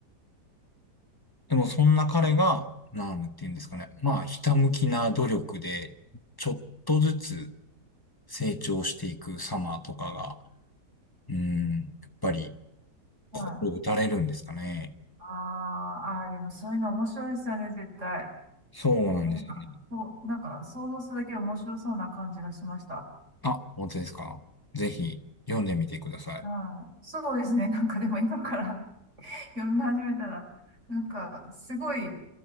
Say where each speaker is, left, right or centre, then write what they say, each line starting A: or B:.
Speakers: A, on the left; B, on the right.
A: でも、そんな彼が、なんていうんですかね、まあ、ひたむきな努力で、ちょっとずつ成長していく様とかが、うん、やっぱり、
B: はい。
A: 心打たれるんですかね。
B: あーあー、あでもそういうの面白いですよね、絶対。
A: そうなんですね。
B: なんか、こう、なんか想像するだけで面白そうな感じがしました。
A: あ、本当ですか。ぜひ読んでみてください。
B: はい。そうですね。<laughs> なんかでも今から <laughs> 読み始めたら、なんかすごい、